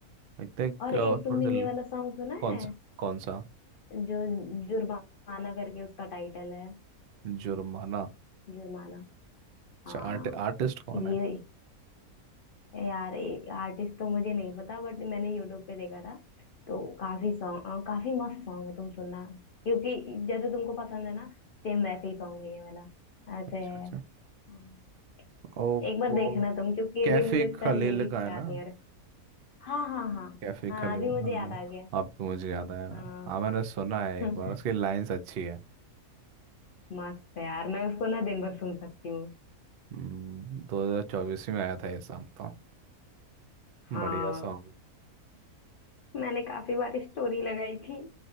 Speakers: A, on the right; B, on the left.
A: लगता है कि,
B: और
A: अ,
B: एक तुमने
A: थोड़ा सा ल-
B: ये वाला सॉन्ग सुना
A: कौन
B: है
A: सा कौन सा
B: जो जुर्माना करके उसका टाइटल है
A: जुर्माना
B: जुर्माना
A: अच्छा
B: हाँ
A: आर्ट आर्टिस्ट कौन
B: ये
A: है
B: यार आर्टिस्ट तो मुझे नहीं पता बट मैंने यूट्यूब पे देखा था तो काफी सॉन्ग काफी मस्त सॉन्ग है तुम सुनना क्योंकि जैसे तुमको पसंद है ना सेम वैसे ही सॉन्ग है ये वाला ऐसे
A: अच्छा
B: है।
A: अच्छा
B: अम,
A: ओ,
B: एक बार
A: ओ
B: देखना तुम क्योंकि
A: कैफे
B: अभी मुझे इसका
A: खलील
B: लिरिक्स
A: का है
B: याद
A: ना
B: नहीं आ रहा हाँ हाँ हाँ
A: कैफे खलेगा
B: हाँ अभी मुझे
A: हाँ
B: याद आ गया
A: अब तो मुझे याद आया
B: हाँ
A: हाँ मैंने सुना है
B: <laughs>
A: एक बार उसकी लाइंस अच्छी है
B: मस्त है यार मैं उसको ना दिन भर सुन सकती हूँ
A: हम्म, दो हजार चौबीस में आया था ये सॉन्ग तो
B: हाँ
A: बढ़िया सॉन्ग
B: मैंने काफी बार स्टोरी लगाई थी